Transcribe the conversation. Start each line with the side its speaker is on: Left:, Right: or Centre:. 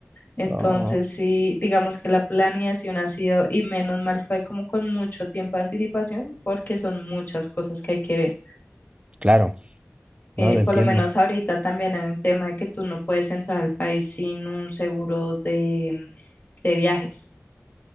Left: Entonces,
Right: No,
Left: sí, digamos que la planeación ha sido, y menos mal fue como con mucho tiempo de anticipación, porque son muchas cosas que hay que ver.
Right: claro. No,
Left: Eh,
Right: te entiendo.
Left: por lo menos ahorita también hay un tema de que tú no puedes entrar al país sin un seguro de, de viajes.